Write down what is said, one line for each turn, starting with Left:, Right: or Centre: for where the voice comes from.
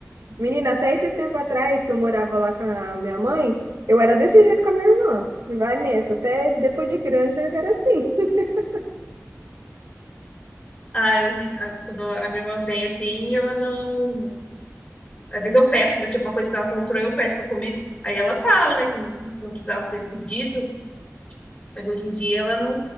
Right: Menina, até esses tempos atrás que eu morava lá com a minha mãe, eu era desse jeito com a minha irmã. Vai nessa, até depois de grande nós era assim. <laughs>
Left: Ah, hoje, a- quando a minha irmã vem assim, ela não. Às vezes eu peço, mas tipo, uma coisa que ela comprou, eu peço pra comer. Aí ela fala, né, que não, que não precisava ter pedido. Mas hoje em dia ela não,